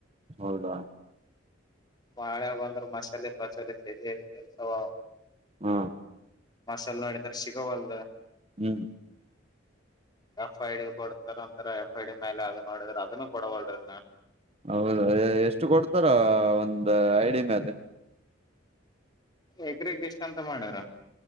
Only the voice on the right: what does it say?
ಹೌದಾ.
ಹ್ಮ
ಹ್ಮ್
ಹೌದ ಎಷ್ಟು ಕೊಡ್ತಾರ ಒಂದ್ ಐಡಿಯ ಮೇಲೆ